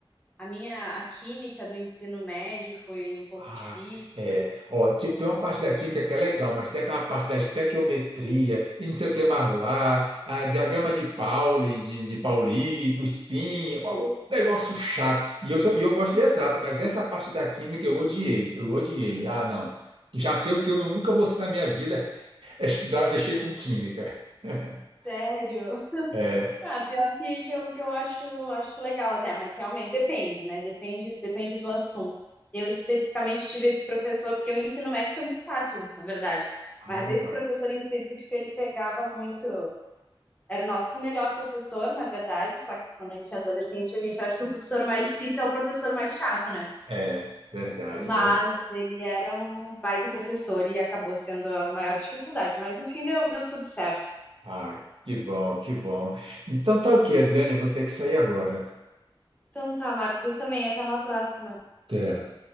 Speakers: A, on the left; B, on the right.
A: a minha a química do ensino médio foi um pouco
B: Ah,
A: difícil.
B: é. Ó, te- tem uma parte da química que é legal, mas tem aquela parte da estequiometria e não sei o que mais lá, a diagrama de Pauli, de, de Pauli, o spin, ó, um negócio chato. E eu, sou, e eu gosto de exata, mas essa parte da química eu odiei, eu odiei. Ah, não. Já sei o que eu nunca vou ser na minha vida, <laughs> é estudar, mexer com química. <laughs>
A: Sério?
B: É.
A: Ah, pior que, que, eu, que eu acho, acho legal até, mas realmente depende, né? Depende, depende do assunto. Eu especificamente tive esse professor, porque o ensino médio foi muito fácil, na verdade.
B: Ah,
A: Mas
B: legal.
A: esse professor em específico, ele pegava muito. Era o nosso melhor professor, na verdade, só que quando a gente é adolescente, a gente acha que o professor mais difícil é o professor mais chato, né?
B: É, verdade,
A: Mas
B: verdade.
A: ele era um baita professor e acabou sendo a maior dificuldade. Mas no fim deu, deu tudo certo.
B: Ah, que bom, que bom. Então tá ok, Adriane, eu vou ter que sair agora.
A: Então tá, Marcos, eu também. Até uma próxima.
B: Até.